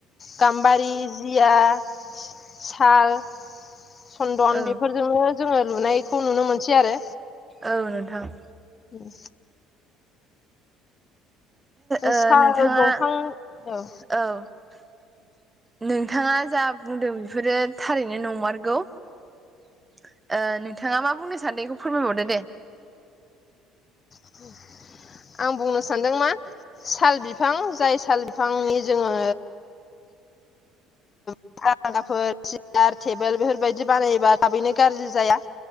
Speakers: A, on the left (about 35°); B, on the right (about 15°).
A: गाम्बारि जिया साल सन्दन
B: औ
A: बेफोर जोंनो जोङो लुनायखौ नुनो मोनसै आरो।
B: औ नोंथां।
A: उम
B: ओ
A: साल
B: नोंथाङा
A: दंफां ओ
B: औ नोंथाङा जा बुंदों बेफोरो थारैनो नंमारगौ। ओ नोंथाङा मा बुंनो सानदों एखौ फोरमायबावदो दे।
A: <inaudible> आं बुंनो सानदों मा साल बिफां जाय साल बिफांनि जोङो <unintelligible> फोर सियार टेबोल बेफोरबायदि बानायोबा थाबैनो गाज्रि जाया।